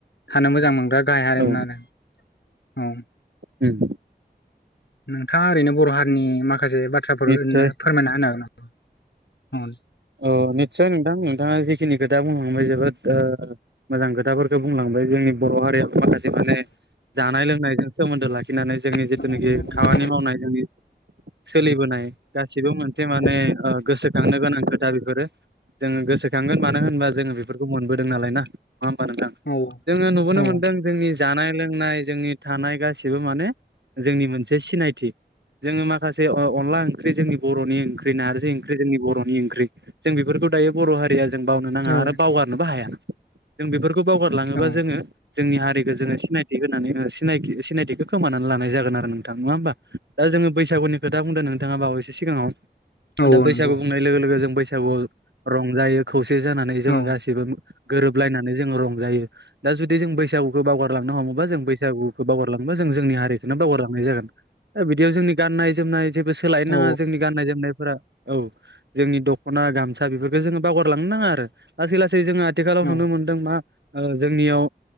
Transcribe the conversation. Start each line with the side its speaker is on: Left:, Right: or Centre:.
Left: थानो मोजां मोनग्रा गाहाय हारिमोन
Right: औ
Left: आरो औ।
Right: उम
Left: नोंथाङा ओरैनो बर' हारिनि माखासे बाथ्राफोर
Right: निस्सय
Left: ओरैनो फोरमायना होनो हागोन नामा औ <inaudible> <unintelligible>
Right: औ निस्सय नोंथां नोंथाङा जिखिनि खोथा बुंलांबाय जोबोद ओ मोजां खोथाफोरखौ बुंलांबाय जोंनि बर' हारियाव माखासे माने जानाय लोंनायजों सोमोन्दो लाखि खिनानै जोंनि
Left: नामा?
Right: जिथुनाखि खामानि मावनाय जोंनि सोलिबोनाय गासिबो मोनसे माने
Left: औ
Right: ओ गोसोखांनो गोनां बेफोरो जोङो गोसोखांगोन मानो होनबा जोङो बेफोरखौ मोनबोदों नालाय ना नङा होमबा नोंथां
Left: औ
Right: जोङो नुबोनो
Left: औ
Right: मोनदों जोंनि जानाय लोंनाय जोंनि थानाय गासिबो माने जोंनि मोनसे सिनायथि जोङो माखासे जे ओ अनला ओंख्रि जोंनि बरनि ओंख्रि नारजि ओंख्रि जोंनि बरनि ओंख्रि जों बेफोरखौ दायो बर हारिया जों बावनो नाङा
Left: औ
Right: आरो बावगारनोबो हाया जों बेफोरखौ खौ बावगारलाङोबा
Left: औ
Right: जोङो जोंनि हारिखौ जोङो सिनायथि होनानै ओ सिनायथि-सिनायथिखौ खोमानानै लानाय जागोन आरो नोंथां नङा होमबा दा जोङो बैसागुनि खोथा बुंदों नोंथाङा बावैसो सिगाङाव
Left: औ
Right: दा बैसागु
Left: नंगौ
Right: बुंनाय लोगो लोगो जों बैसागुआव रंजायो खौसे जानानै जोङो
Left: औ
Right: गासिबो गोरोबलायनानै जोङो रंजायो दा जुदि जों बैसागुखौ बावगारलांनो हमोबा जों बैसागुखौ बावगारलां ङोबा जों जोंनि हारिखोनो बावगारलांनाय जागोन दा बिदिआव जोंनि गाननाय जोमनाय सोलायनो
Left: औ
Right: नाङा जोंनि गाननाय जोमनायफोरा औ जोंनि दख खना गामसा बेफोरखौो जोङो बावगारलांनो नाङा आरो लासै लासै जोङो आथिखालाव
Left: औ
Right: नुनो मोनदों मा ओ जोंनियाव